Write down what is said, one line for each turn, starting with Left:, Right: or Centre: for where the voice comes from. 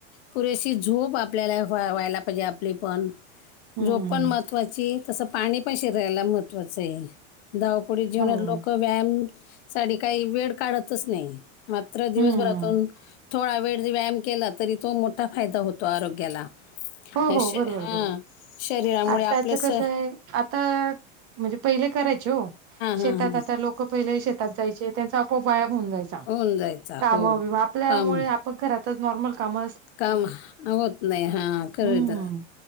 Left: पुरेशी झोप आपल्याला व व्हायला पाहिजे आपली पण
Right: हं.
Left: झोप पण महत्त्वाची तसं पाणी पण शिरायला महत्त्वाचं आहे धावपुडी जेवण्यात
Right: हो.
Left: लोकं व्यायाम साठी काही वेळ काढतच नाही मात्र दिवसभरातून
Right: हं.
Left: थोडा वेळ व्यायाम केला तरी तो मोठा फायदा होतो आरोग्याला
Right: हो,
Left: अ
Right: हो. बरोबर,
Left: हा
Right: बरोबर.
Left: शरीरामुळे
Right: आत्ताचं
Left: आपले स
Right: कसं आहे, आता म्हणजे पहिले करायचे हो
Left: हा
Right: शेतात
Left: हा
Right: आता लोक पहिले शेत शेतात जायचे त्यांचा आपोआप व्यायाम होऊन जायचा.
Left: होऊन जायचा
Right: काम
Left: हो
Right: बीम आपल्यामुळे
Left: काम
Right: ग घरातच नॉर्मल काम
Left: काम होत नाही हा कर
Right: हं.
Left: द